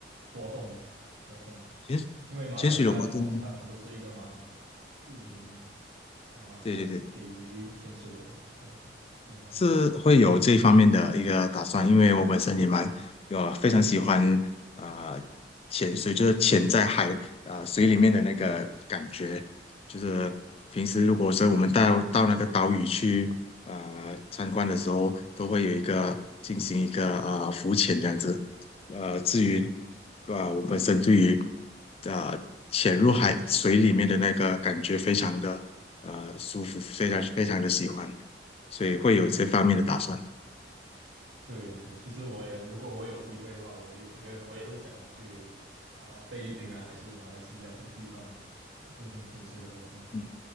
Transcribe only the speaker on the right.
活动活动，
因为马来西亚通常都是一个蛮
著名啊、
呃给予潜水的一个地方。
对对，其实我也如果我有机会的话，我也也我也会想要去啊、呃菲律宾啊，还是马来西亚这个地方啊、进行潜水的活动。